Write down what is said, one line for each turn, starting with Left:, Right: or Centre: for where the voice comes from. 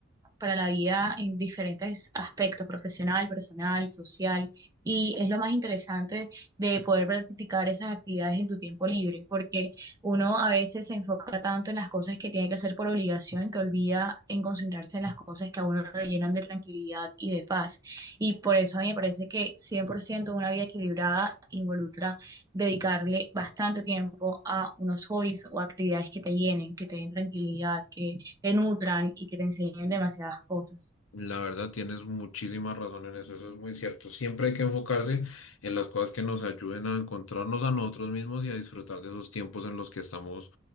Right: para la vida en diferentes aspectos, profesional, personal, social, y es lo más interesante de poder practicar esas actividades en tu tiempo libre, porque uno a veces se enfoca tanto en las cosas que tiene que hacer por obligación que olvida en concentrarse en las cosas que a uno le llenan de tranquilidad y de paz. Y por eso a mí me parece que 100% una vida equilibrada involucra dedicarle bastante tiempo a unos hobbies o actividades que te llenen, que te den tranquilidad, que te nutran y que te enseñen demasiadas cosas.
Left: La verdad, tienes muchísima razón en eso, eso es muy cierto. Siempre hay que enfocarse en las cosas que nos ayuden a encontrarnos a nosotros mismos y a disfrutar de esos tiempos en los que estamos